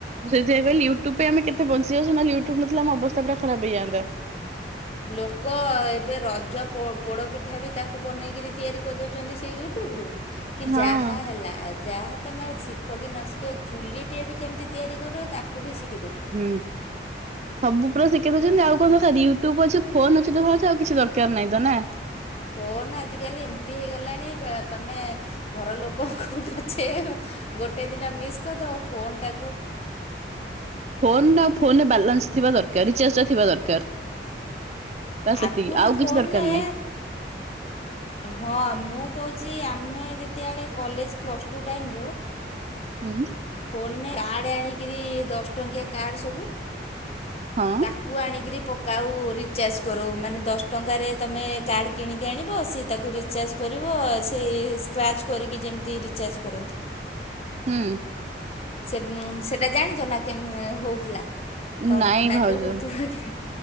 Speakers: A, on the right (about 40°); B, on the left (about 35°).
A: ସେଥିପାଇଁ କହିଲି ୟୁଟ୍ୟୁବ ପାଇଁ ଆମେ କେତେ ବଞ୍ଚି ଯାଉଚୁ। ୟୁଟୁବ ନଥିଲା ଆମ ଅବସ୍ଥା ପୁରା ଖରାପ ହେଇଯାନ୍ତା।
B: ଲୋକ ଏବେ ରଜ ପୋ ପୋଡ ପିଠା ବି ତାକୁ ବନେଇକିରି ତିଆରି କରିଦଉଛନ୍ତି ସେ ୟୁଟ୍ୟୁବରୁ। କି
A: ହଁ।
B: ଯାହା ହେଲା। ଯାହା ତମେ ଶିଖ କି ନ ଶିଖ। ଚୁଲି ଟିଏ ବି କେମିତି ତିଆରି କରୁଅ ତାକୁ ବି ଶି
A: ହୁଁ ସବୁ ପୁରା ଶିଖେଇ ଦଉଚନ୍ତି ଆଉ। କଣ ଦରକାର ୟୁଟ୍ୟୁବ ଅଛି ଫୋନ ଅଛି। ତ ଭାଉଜ ଆଉ କିଛି ଦରକାର ନାହିଁ। ତ ନା
B: ଫୋନ୍ ଆଜିକାଲି ଏମିତି ହେଇଗଲାଣି ବା ତମେ ଘର ଲୋକଙ୍କୁ ପଛେ ଗୋଟେ ଦିନ ମିସ୍ କରିଦବ। ଫୋନଟା
A: ଫୋନଟା ଆଉ ଫୋନରେ ବାଲାନ୍ସ ଥିବା ଦରକାର। ରିଚାର୍ଜ ଟା ଥିବା ଦରକାର। ବାସ୍ ସେତିକି
B: ଆଗୁରୁ
A: ଆଉ
B: ଫୋନରେ
A: କିଛି ଦରକାର ନାହିଁ।
B: ହଁ ମୁଁ ମୁଁ କହୁଛି ଆମେ ଯେତେବେଳେ କଲେଜ ପ୍ଲସ୍ ଟୁ ଟାଇମରୁ
A: ହୁଁ।
B: ଫୋନରେ କାର୍ଡ ଆଣିକିରି ଦଶ ଟଙ୍କିଆ କାର୍ଡ ସବୁ
A: ହଁ
B: ତାକୁ ଆଣିକିରି ପ କାଉ ରିଚାର୍ଜ କରଉ ମାନେ ଦଶ ଟଙ୍କାରେ ତମେ କାର୍ଡ଼ କିଣିକି ଆଣିବ ସିଏ ତାକୁ ରିଚାର୍ଜ କରିବ। ସେଇ ସ୍କାର୍ଚ କରିକି ଯେମତି ରିଚାର୍ଜ କରନ୍ତି।
A: ହୁଁ।
B: ସେ ମ ସେଟା ଜାଣିଛ ନା କେମ ହଉଥିଲା? ତମ
A: ନାଇଁ
B: ଟାଇମରେ
A: ଭାଉଜ
B: ହଉଥିବ କି